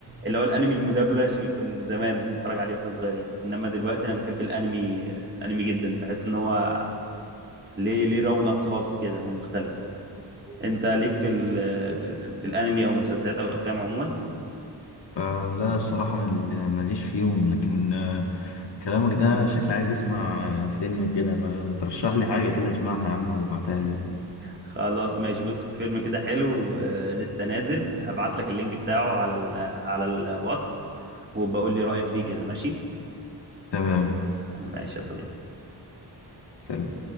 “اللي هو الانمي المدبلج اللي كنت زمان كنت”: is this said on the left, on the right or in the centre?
Right